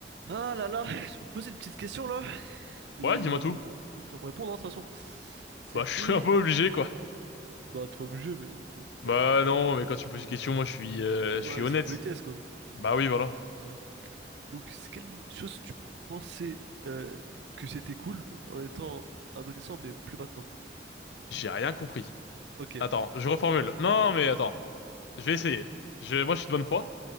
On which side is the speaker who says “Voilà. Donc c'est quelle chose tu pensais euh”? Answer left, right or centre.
Right